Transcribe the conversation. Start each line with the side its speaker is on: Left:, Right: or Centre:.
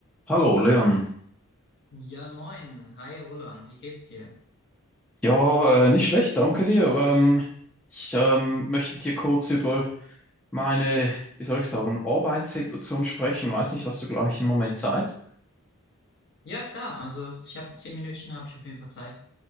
Centre: Hallo Leon.
Left: Ja, moin. Hi, Roland. Wie geht's dir?
Centre: Ja, äh, nicht schlecht, danke dir. Ähm, ich ähm, möchte mit dir kurz über meine, wie soll ich sagen, Arbeitssituation sprechen. Weiß nicht, hast du gleich einen Moment Zeit?
Left: Ja, klar. Also, ich habe zehn Minütchen, habe ich auf jeden Fall Zeit.